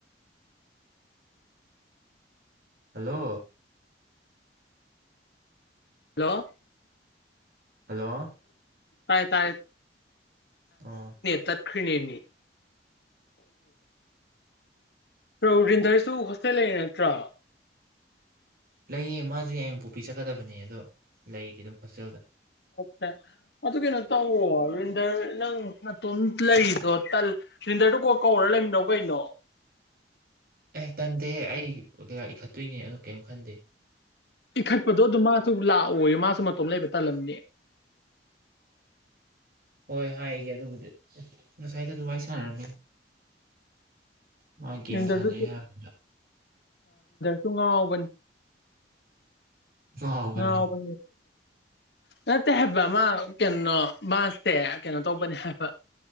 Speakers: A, on the right (about 55°); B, on the left (about 65°).
A: ꯍꯂꯣ
B: ꯍꯜꯂꯣ
A: ꯍꯜꯂꯣ
B: ꯇꯥꯏ ꯇꯦ
A: ꯑꯣ
B: ꯇ ꯌꯦ ꯈꯅꯤꯅꯤ ꯔꯣꯔꯤꯟꯗꯔꯁꯨ ꯍꯣꯁꯇꯦꯜ ꯂꯩꯔ ꯅꯠꯇ꯭ꯔꯣ
A: ꯂꯩꯌꯦ ꯃꯥꯁꯨ ꯌꯥꯝꯄꯣꯛꯄꯤ ꯆꯠꯀꯗꯕꯅꯦ ꯑꯗꯣ ꯂꯩꯗꯤ ꯑꯗꯨꯝ ꯍꯣꯁꯇꯦꯜꯗ
B: ꯆꯥ ꯑꯗꯨ ꯀꯩꯅꯣ ꯇꯧꯕ ꯑꯔꯕꯤꯟꯗꯔ ꯅꯪ ꯅ ꯇꯣꯟ ꯂꯩꯗꯣ ꯇꯜ ꯟꯗꯔꯗꯨ ꯀꯣ ꯀꯧꯔ ꯂꯩꯃꯤꯅꯧ ꯀꯩꯅꯣ
A: ꯑꯦ ꯀꯟꯗꯦ ꯑꯩ ꯀ ꯏꯈꯠꯇꯣꯏꯅꯦ ꯑꯗꯨ ꯀꯔꯤꯝ ꯈꯟꯗꯦ
B: ꯏ ꯈꯠꯄꯗꯣ ꯑꯗꯨ ꯃꯥ ꯑꯗꯨ ꯂꯥꯛꯑꯣ ꯃꯥꯁꯨ ꯃꯇꯣꯝ ꯂꯩꯕ ꯇꯥꯂꯝꯅꯤ
A: ꯍꯣꯏ ꯍꯥꯏꯒꯦ ꯑꯗꯨꯕꯨꯗꯤ ꯉꯁꯥꯏꯗ ꯑꯗꯨ ꯋꯥꯔꯤꯏ ꯁꯥꯥꯟꯔꯅꯤ ꯃꯥ ꯒꯦꯝ
B: ꯔꯤꯟꯗꯔꯗꯨꯁꯨ
A: ꯁꯥꯟꯅꯩ ꯍꯥꯏꯕꯗ
B: ꯇꯨꯡꯉꯕꯟ
A: ꯉꯥꯎꯕꯅꯦ
B: ꯇꯉꯕ ꯅꯠꯇꯦ ꯍꯥꯏꯕ ꯃꯥ ꯀꯩꯅꯩꯅꯣ ꯃꯥꯁꯇꯦ ꯀꯩꯅꯣ ꯇꯧꯕꯅꯦ ꯍꯥꯏꯕ